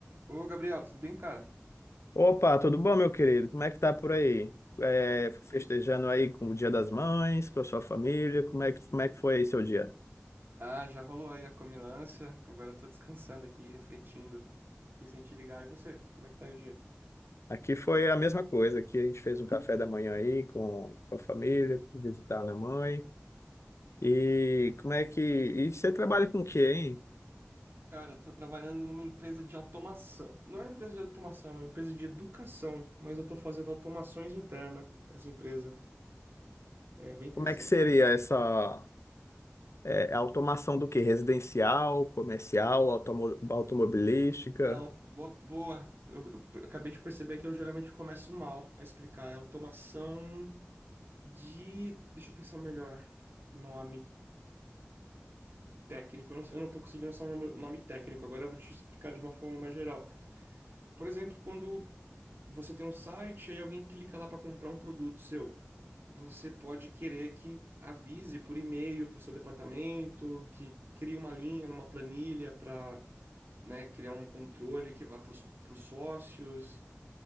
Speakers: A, on the right; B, on the left.
A: Ô, Gabriel, tudo bem, cara?
B: Opa, tudo bom, meu querido? Como é que tá por aí? É, festejando aí com o Dia das Mães, com a sua família, como é que, como é que foi aí seu dia?
A: Ah, já rolou aí a comilança. Agora eu tô descansando aqui, refletindo. Pensei em te ligar. E você? Como é que tá aí o dia?
B: Aqui foi a mesma coisa, aqui a gente fez um café da manhã aí com com a família, visitar a minha mãe. E como é que... E você trabalha com o quê, hein?
A: Cara, eu tô trabalhando numa empresa de automação. Não é uma empresa de automação, é uma empresa de educação. Mas eu tô fazendo automações internas nessa empresa. É bem interessante.
B: Como é que seria essa é, automação do quê? Residencial, comercial, automo- automobilística?
A: Não, bo- boa. Eu, eu acabei de perceber que eu geralmente começo mal a explicar. É automação de. Deixa eu pensar melhor. Nome. técnico, eu não, eu não tô conseguindo só o nome, o nome técnico, agora eu vou te explicar de uma forma mais geral. Por exemplo, quando você tem um site e alguém clica lá para comprar um produto seu, você pode querer que avise por e-mail para o seu departamento, que crie uma linha numa planilha para, né, criar um controle que vá para os sócios.